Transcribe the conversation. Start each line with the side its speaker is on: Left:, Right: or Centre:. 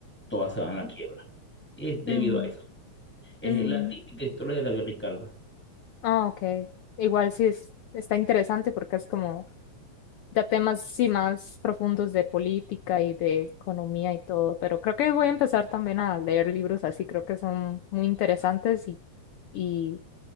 Centre: todas se van a la quiebra. Es debido
Left: ujú,
Centre: a eso. Es
Left: ujú,
Centre: la típica
Left: ujú.
Centre: historia de David Ricardo.
Left: ah okay. Igual sí es, está interesante porque es como ya temas sí más profundos de política y de economía y todo, pero creo que voy a empezar también a leer libros así, creo que son muy interesantes y, y,